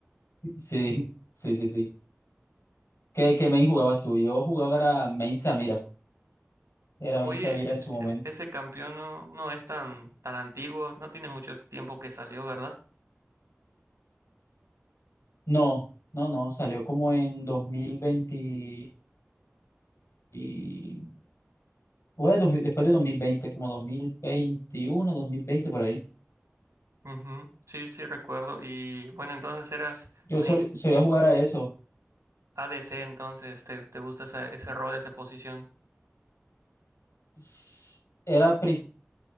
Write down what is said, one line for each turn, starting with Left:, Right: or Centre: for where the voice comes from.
Left: Sí, sí, sí, sí. ¿Qué, qué main jugabas tú? Yo jugaba era main Samira. Era
Right: Oye,
Left: main Samira en
Right: ese,
Left: su momento.
Right: ese campeón no, no es tan, tan antiguo, no tiene mucho tiempo que salió, ¿verdad?
Left: No, no, no. Salió como en 2020 y... bueno, 2000 después de dos mil veinte como dos dos mil veintiuno dos mil veinte por ahí.
Right: Ujú, Sí, sí, recuerdo. Y bueno, entonces eras
Left: Yo
Right: main
Left: sol- solía jugar a eso.
Right: ADC, entonces te, te gusta esa- ese rol, esa posición.
Left: S- Era